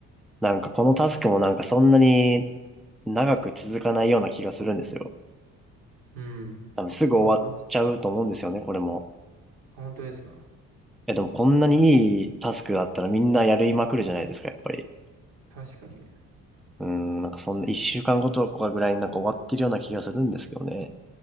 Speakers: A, in the centre; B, on the right.
A: なんかこのタスクもなんかそんなに長く続かないような気がするんですよ。
B: うん。
A: あの、すぐ終わっちゃうと思うんですよね、
B: そう思います。
A: これも。
B: あ本当ですか。
A: え、でもこんなにいいタスクだったらみんなやりまくるじゃないですか、やっぱり。
B: 確かに。
A: うん、なんかそんな一週間ごとかぐらいになんか終わってるような気がするんですけどね。